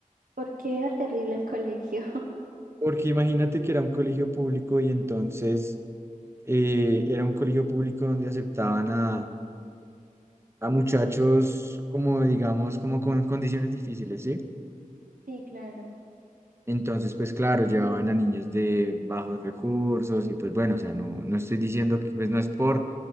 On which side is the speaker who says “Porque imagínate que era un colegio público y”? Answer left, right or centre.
Right